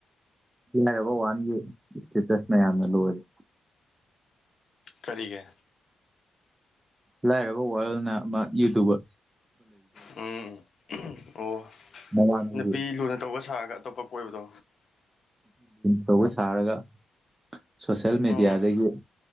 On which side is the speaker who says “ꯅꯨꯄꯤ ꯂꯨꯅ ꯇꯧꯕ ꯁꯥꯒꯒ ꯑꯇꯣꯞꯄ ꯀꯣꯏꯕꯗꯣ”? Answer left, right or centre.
Left